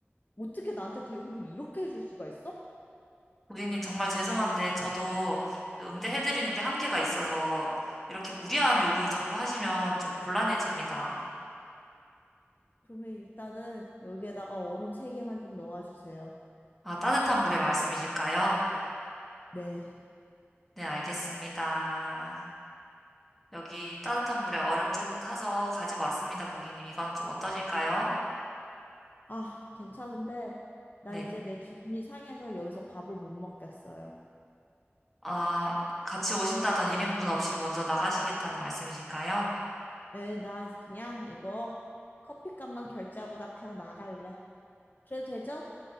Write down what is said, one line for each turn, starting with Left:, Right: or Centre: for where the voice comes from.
Left: 어떻게 나한테 대우를 이렇게 해줄 수가 있어?
Centre: 고객님 정말 죄송한데 저도 응대해드리는 게 한계가 있어서 이렇게 무리한 요구를 자꾸 하시면 좀 곤란해집니다.
Left: 그러면 일단은 여기에다가 얼음 세개만좀 넣어주세요.
Centre: 아, 따뜻한 물의 말씀이실까요?
Left: 네.
Centre: 네, 알겠습니다. 여기 따뜻한 물에 얼음 조금 타서 가지고 왔습니다, 고객님. 이건 좀 어떠실까요?
Left: 아, 괜찮은데, 나
Centre: 네.
Left: 이제 내 기분이 상해서 여기서 밥을 못 먹겠어요.
Centre: 아, 같이 오신다던 일행분 없이 먼저 나가시겠다는 말씀이실까요?
Left: 에, 나 그냥 이거 커피값만 결제하고 나 그냥 나갈래. 그래도 되죠?